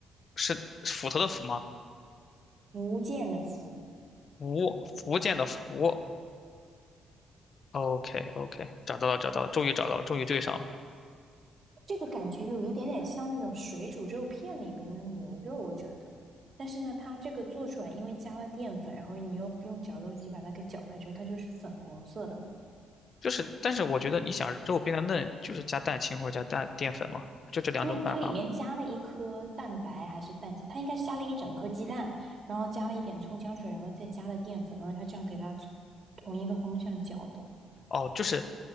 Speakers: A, on the left; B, on the right.
A: 是斧头的斧吗？
B: 福建的福，
A: 福福建的福。OK OK，找到了找到了，终于找到了，终于对上了。
B: 这个感觉有一点点像那种水煮肉片里边的牛肉，我觉得。但是呢，它这个做出来，因为加了淀粉，然后你又用绞肉机把它给搅开之后，它就是粉红色的了
A: 就是，但是我觉得你想肉变得嫩，就是加蛋清或者加蛋淀粉嘛，就这两种办法嘛。
B: 对呀，它里面加了一颗蛋白还是蛋清，它应该是加了一整颗鸡蛋，然后加了一点葱姜水，然后再加了淀粉，然后它这样给它从同一个方向搅的。
A: 哦，就是